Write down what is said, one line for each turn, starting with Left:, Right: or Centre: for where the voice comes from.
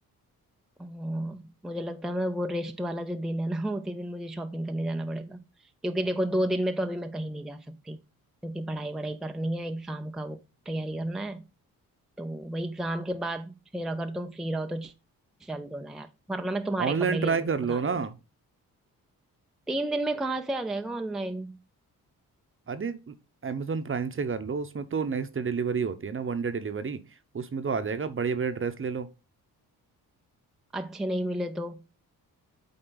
Centre: हाँ, मुझे लगता है मैं वो रेस्ट वाला जो दिन है ना <laughs> उसी दिन मुझे शॉपिंग करने जाना पड़ेगा क्योंकि देखो दो दिन में तो अभी मैं कहीं नहीं जा सकती क्योंकि पढ़ाई वढ़ाई करनी है एग्जाम का वो तैयारी करना है तो वही एग्जाम के बाद फिर अगर तुम फ्री रहो तो च- चल दो ना यार वरना मैं तुम्हारे
Right: ऑनलाइन
Centre: कपड़े ले
Right: ट्राई
Centre: लूंगी
Right: कर
Centre: बता
Right: लो
Centre: रही
Right: ना
Centre: हूँ मैं तीन दिन में कहाँ से आ जाएगा ऑनलाइन
Right: अरे अमेजोन प्राइम से कर लो उसमें तो नेक्स्ट डे डिलीवरी होती है ना वन डे डिलीवरी उसमें तो आ जाएगा बड़े बड़े ड्रेस ले लो
Centre: अच्छे नहीं मिले तो